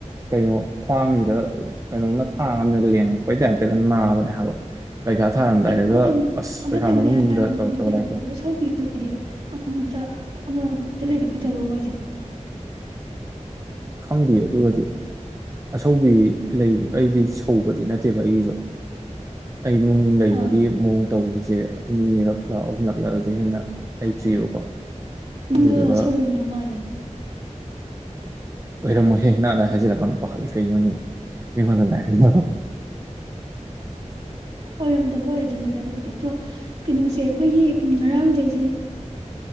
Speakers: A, on the right; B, on the right.
A: ꯀꯩꯅꯣ ꯈ꯭ꯋꯥꯡꯁꯤꯗ ꯀꯩꯅꯣꯝꯅ ꯊꯥꯡ ꯑꯃꯗ ꯂꯦꯡꯉꯛꯄꯩ ꯇꯥꯏꯞꯇꯒ ꯅꯥꯕꯅꯦ ꯍꯥꯏꯕ꯫ ꯄꯩꯈꯥ ꯊꯥꯔꯝꯗꯥꯏꯗꯒ
B: ꯑꯃꯇꯪ
A: ꯑꯁ
B: ꯑꯃꯇꯪꯅꯦ
A: ꯄꯩꯈꯥ ꯃꯅꯨꯡꯗ
B: ꯍꯥꯏ
A: ꯇꯧꯔꯛꯇꯕ ꯂꯥꯏ ꯈꯨꯔꯨꯝ
B: ꯑꯁꯧꯕꯤꯗꯤ ꯑꯃꯨꯛꯇ ꯑꯃ ꯆꯕ꯭ꯔꯣꯝ ꯃꯣꯏꯁꯦ
A: ꯈꯪꯗꯦ ꯑꯗꯨꯒꯗꯤ꯫ ꯑꯁꯧꯕꯤ ꯂꯩꯕ ꯑꯩꯗꯤ ꯁꯧꯕꯗꯤ ꯅꯠꯇꯦꯕ ꯑꯩꯒꯤꯁꯨ꯫ ꯑꯩ ꯅꯨꯡ ꯂꯩꯕꯒꯤ
B: ꯑꯥ
A: ꯃꯑꯣꯡ ꯇꯧꯔꯤꯁꯦ ꯁꯦ ꯑꯅꯤꯔꯛ ꯂꯛꯂꯥ ꯑꯍꯨꯝ ꯂꯛꯂꯥ ꯑꯗꯨꯗꯩꯩ ꯍꯦꯟꯅ ꯂꯩꯇ꯭ꯔꯤꯑꯕꯀꯣ
B: ꯅꯪꯗꯨ
A: ꯑꯗꯨꯗꯨꯒ
B: ꯁꯣꯑꯣꯏꯔꯝꯗꯣ ꯃꯥꯂꯦ꯫
A: ꯑꯣꯏꯔꯝꯃꯣꯏꯍꯦ ꯅꯪ ꯑꯗꯥꯏ ꯍꯥꯏꯖꯜꯂꯛꯀꯅꯨ ꯄꯥꯈꯠꯂꯤ ꯀꯩꯅꯣꯅꯦ꯫ ꯑꯩ ꯃꯗ ꯑꯦꯁ
B: ꯑꯣꯏꯔꯝꯗꯕ ꯑꯣꯏꯔꯗꯅꯨꯗ ꯑꯗꯨꯕꯨꯗꯤ ꯑꯗꯣ ꯀꯩꯅꯣꯁꯦ ꯑꯩꯈꯣꯏꯒꯤ ꯉꯔꯥꯡꯖꯩꯁꯦ